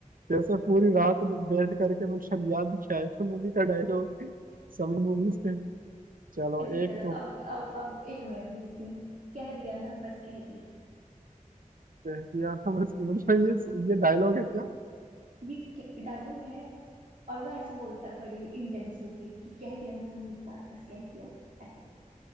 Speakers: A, on the right; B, on the right.
A: जैसे पूरी रात बैठ करके मतलब याद किया है कि मूवी का डायलॉग सभी मूवीज पे चलो
B: अच्छा
A: एक
B: चलो
A: तो
B: अब अब अब एक मैं पूछती हूँ कह दिया ना बस कह दिया
A: कह दिया ना बस कि मतलब ये ये डायलॉग है क्या
B: ये डायलॉग है और वो ऐसे बोलता है बड़ी इंटेंस होके कि कह दिया ना तुमने एक बार बस कह दिया ऐसे